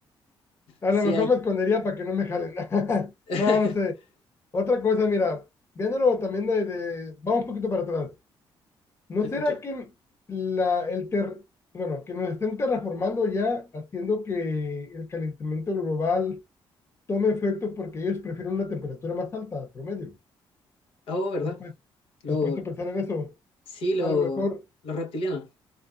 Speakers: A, on the left; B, on the left.
A: A
B: Sí,
A: lo mejor
B: hay.
A: me escondería para que no me jalen. <laughs>
B: <laughs>
A: No, no sé. Otra cosa, mira, viéndolo también de, de- vamos un poquito para atrás. ¿No
B: Te escucho.
A: será que la, el ter, bueno, que nos estén terraformando ya, haciendo que el calentamiento global tome efecto porque ellos prefieren una temperatura más alta, promedio?
B: Oh, ¿verdad?
A: ¿Estás, pues- estás
B: Lo,
A: puesto a pensar en eso?
B: sí, lo,
A: A lo mejor,
B: los reptilianos.